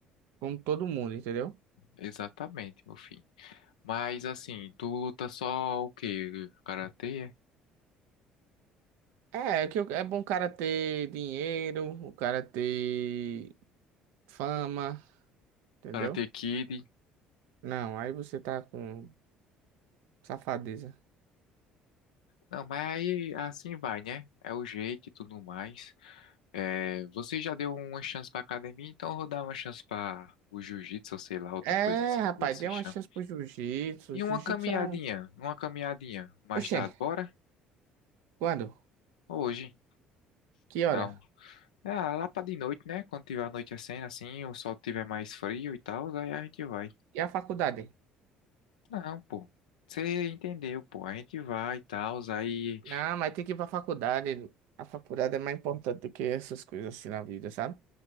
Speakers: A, on the right; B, on the left.
A: como todo mundo, entendeu?
B: exatamente, meu filho. Mas assim, tu luta só o quê? Karatê? é?
A: É, é que eu- é bom o cara ter dinheiro, o cara ter fama, entendeu?
B: Karate Kid?
A: Não, aí você tá com safadeza.
B: Não, mas aí assim vai, né? É o jeito e tudo mais. É, você já deu uma chance pra academia, então eu vou dar uma chance pra o jiu-jitsu, ou sei lá, outra
A: É,
B: coisa assim
A: rapaz,
B: que você
A: dê
B: chama.
A: uma chance pro jiu-jitsu.
B: E
A: Jiu-jitsu
B: uma caminhadinha,
A: é um.
B: uma caminhadinha mais
A: Oxê,
B: tarde, bora?
A: quando?
B: Hoje,
A: Que
B: dá
A: hora?
B: um. É, lá pra de noite, né? Quando tiver anoitecendo assim, o sol tiver mais frio e tal, aí a gente vai.
A: E a faculdade?
B: Não, pô. Você entendeu, pô. A gente vai e tal, aí.
A: Não, mas tem que ir pra faculdade. A faculdade é mais importante do que essas coisas assim na vida, sabe?